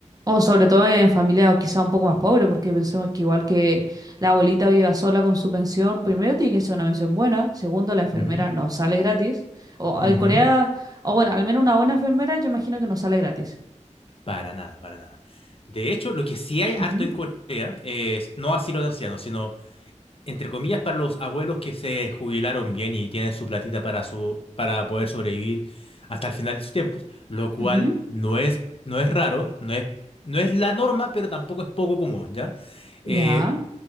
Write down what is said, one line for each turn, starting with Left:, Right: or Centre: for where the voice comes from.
Right: O sobre todo en familia quizá un poco más pobre, porque pensemos que igual que la abuelita viva sola con su pensión, primero tiene que ser una pensión buena, segundo la enfermera
Left: Ujú,
Right: no sale gratis. O
Left: ujú.
Right: en Corea, o bueno, al menos una buena enfermera yo imagino que no sale gratis.
Left: Para nada, para nada. De hecho, lo que sí hay
Right: Ujú,
Left: harto en Corea es no asilo de ancianos, sino entre comillas para los abuelos que se jubilaron bien y tienen su platita para su para poder sobrevivir hasta el final de sus tiempos, lo cual
Right: ujú,
Left: no es no es raro, no es no es la norma, pero tampoco es poco común, ¿ya? Eh,
Right: Ya,